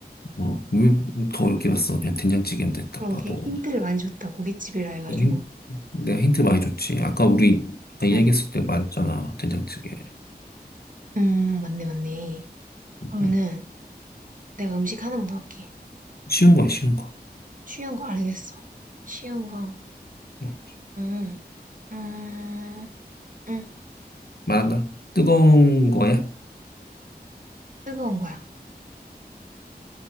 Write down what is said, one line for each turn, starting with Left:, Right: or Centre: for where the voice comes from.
Left: 어, 왜더 어렵게 봤어? 그냥 된장찌개인데 딱
Right: 그러게
Left: 봐도.
Right: 힌트를 많이 줬다 고깃집이라 해가지고.
Left: 내가 힌- 내가 힌트 많이 줬지. 아까 우리, 아까 이야기했을
Right: 응.
Left: 때 말했잖아. 된장찌개.
Right: 음 맞네 맞네. 그러면은
Left: 응.
Right: 내가 음식 하나만 더 할게.
Left: 쉬운 거야, 쉬운 거.
Right: 쉬운 거 알겠어. 쉬운 거.
Left: 응.
Right: 음. 음. 응,
Left: 말한다. 뜨거운 거야?
Right: 뜨거운 거야.